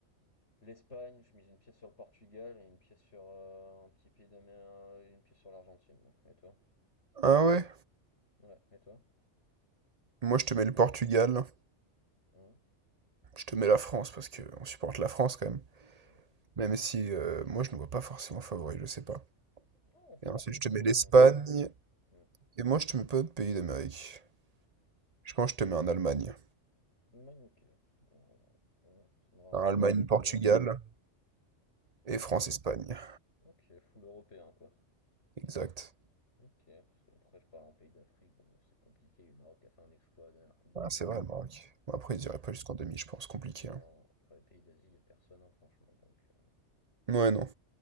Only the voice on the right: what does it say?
Ah ouais?
Moi, je te mets le Portugal.
Je te mets la France parce que on supporte la France quand même.
Même si euh, moi, je ne vois pas forcément favori, je sais pas.
Et ensuite,
je
te mets l'Espagne.
Et moi, je te mets pas de pays d'Amérique. Je pense que je te mets un Allemagne.
Un Allemagne-Portugal
et
France-Espagne.
Exact.
Ah,
c'est vrai, le Maroc. Bon, après, ils iraient pas jusqu'en demi, je pense. Compliqué,
hein.
Ouais, non.